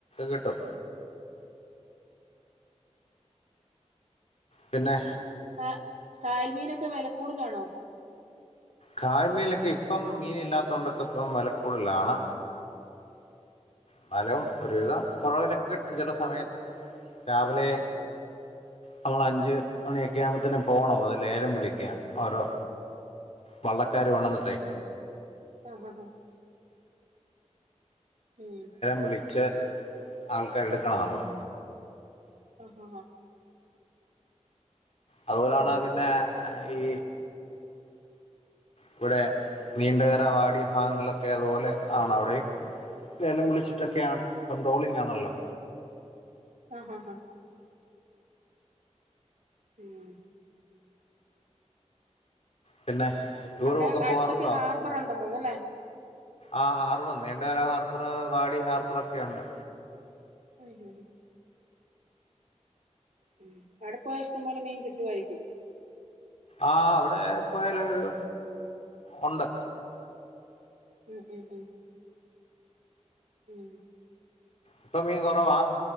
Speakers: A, on the left; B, on the right.
A: കിട്ടും പിന്നെ
B: കാ കായൽമീനൊക്കെ വില കൂടുതലാണോ
A: കായല് മിനൊക്കെ ഇപ്പം മീനില്ലാത്ത കൊണ്ടൊക്കെ ഇപ്പം വെല കൂടുതലാണ് ന്നാലും ഒരുവിധം കുറവിലൊക്കെ കിട്ടും ചില സമയത്ത് രാവിലെ നമ്മൾ അഞ്ച് മണിയൊക്കെ ആകുമ്പോത്തന്നും പോണം അതി ലേലം വിളിക്കൻ ഓരോ വള്ളക്കാർ വണ്ണംന്നിട്ടെ
B: ആ ആ ആഹ് ഉം
A: വിളിച്ച് ആൾക്കാർ എടുക്കണം നമ്മള്
B: ആഹ് ആഹ്
A: അതുപോലെയാണ്
B: ഉം
A: പിന്നെ ഈ ഇവിടെ നീണ്ട കറ വാടി ഭാഗങ്ങളിലൊക്കെ അതുപോലെ ളൊക്കെ അത്പോലെ ആണ് അവിടെ ലേലം വിളിച്ചിട്ടൊക്കെയാണ് പൺട്രോളിംഗ ആണല്ലോ
B: ആഹ് ആഹ് ഹാ ഉം
A: പിന്നെ ടൂറും
B: അവിടെ
A: ഒക്കെ പോവാറുണ്ടോ
B: അടുത്തൊക്കെ ഹാർബർ അണ്ടന്നോന്നല്ലേ
A: ആ ഹാർബർ നീന്റെ വേ ഹാർബർ വാടി ഹാർബർ ഒക്കെ ഇണ്ട്
B: ഉം ഉം അടപ്പ ഇഷ്ടം പോലെ മീൻ കിട്ടുവായിരിക്കും
A: ആ അവിടെ പോയാല ഒരു ഉണ്ട്
B: ഉം ഉം ഉം ഉം
A: ഇപ്പൊ മീൻ കുറവാ